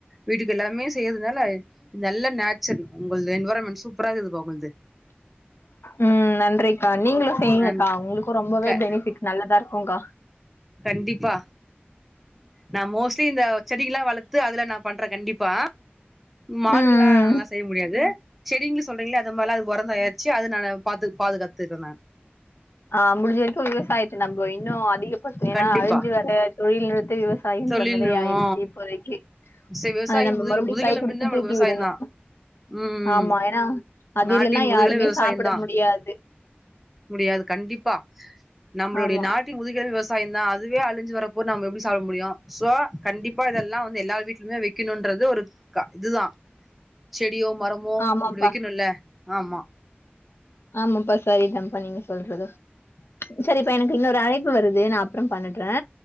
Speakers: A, in the centre; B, on the left.
A: வீட்டுக்கு எல்லாமே செய்யறதுனால நல்ல நேச்சர் உங்களது எண்வராமெண்ட் சூப்பராகிது பா உங்கள்து
B: ம் நன்றிக்கா நீங்களு செய்ங்கக்கா
A: அண்ட்
B: உங்களுக்கு ரொம்பவே
A: க
B: பெனிஃபிட் நல்லதா இருக்கு கா
A: கண்டிப்பா நா மோஸ்ட்லி இந்த செடிகெல்லா வளத்து அதுல நா பண்றே கண்டிப்பா மாடுல்லா
B: ம்
A: ல்லா ஸ் செய்ய முடியாது செடிங்கல சொல்றீங்கள அது மாரிலா அது உரந் தயாரிச்சி அது நானு பாத்து பாதுகாத்துக்குறே நானு
B: ஆ முடிஞ்ச வரைக்கு விவசாயத்த நம்பு இன்னு அதிகப்பச் ஏனா
A: கண்டிப்பா
B: அழி்ஞ்சு வர தொழில் நிறுத்த விவ சாயின்ற
A: சொல்லிருவோ
B: மாதிரி ஆயிருச்சு இப்போதைக்கு
A: சரி விவசாயம்
B: அத நம்ப
A: முதுகு
B: மறுபடியு
A: முதுகெலும்புன்னா
B: கைய் குடுத்து
A: நம்மளுக்கு
B: தூக்கி
A: விவசாயம்
B: விடணு
A: தா ம்
B: ஆமா ஏனா அது
A: நாட்டின்
B: இல்லன்னா
A: முதுகெலும்பு
B: யாருமே
A: விவசாயம்
B: சாப்பிட
A: தா
B: முடியாது
A: முடியாது கண்டிப்பா‌ நம்மளுடைய
B: ஆமா
A: நாட் ட்டின் முதுகெழும்பே விவசாய தா அதுவே அழிஞ்சு வரப்போ நம் எப்பிடி சாப்ட முடியு சோ கண்டிப்பா இதெல்லா வந்து எல்லார் வீட் என்ன வக்கனுன்றது ஒருக்கா இதுதா செடியோ மரமோ
B: ஆமாப்பா
A: அப்டி வக்கனுல்ல ஆமா
B: ஆமாப்பா சரிதாப்பா நீங்க சொல்றது சரிப்பா எனக் இன்னொரு அழைப்பு வருது நா அப்புறம் பண்ணட்டுறே